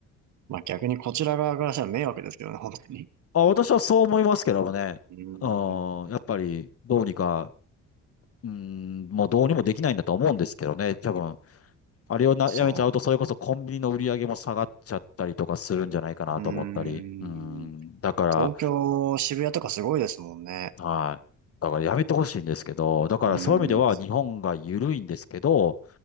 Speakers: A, on the right; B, on the left.
A: まあ逆にこちら側からしたら迷惑ですけどね、本当に。
B: あ、私はそう思いますけどもね。
A: うーん、
B: うん、やっぱり、どうにか、うん、もうどうにもできないんだと思うんですけどね。多分、あれをな、
A: そ
B: やめちゃうと、それこそコンビニの売り上げも下がっちゃったりとかするんじゃないかなと思ったり。
A: う、うーん、
B: うん。だか
A: 東京、渋谷とかすごいですもんね。
B: ら、はい。だからやめてほしいんですけど、だからそういう意味では日本が緩いんですけど、
A: うーん、